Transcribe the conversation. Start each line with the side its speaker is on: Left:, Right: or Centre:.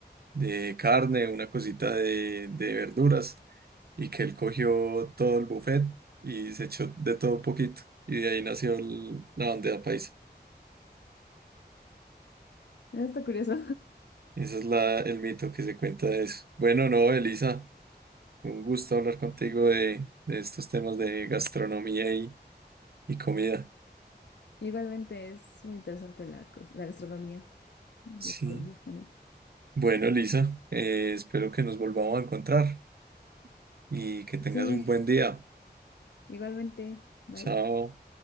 Right: de carne, una cosita de, de verduras y que él cogió todo el buffet y se echó de todo un poquito y de ahí nació el- la bandeja paisa.
Left: está curioso.
Right: Ese es la, el mito que se cuenta de eso. Bueno, no, Elisa, un gusto hablar contigo de, de estos temas de gastronomía y y comida.
Left: <laughs> Igualmente es muy interesante la, cos- la gastronomía de
Right: Sí.
Left: Colombia también.
Right: Bueno, Lisa, eh, espero que nos volvamos a encontrar y que tengas
Left: Sí.
Right: un buen día.
Left: Igualmente, bye.
Right: Chao.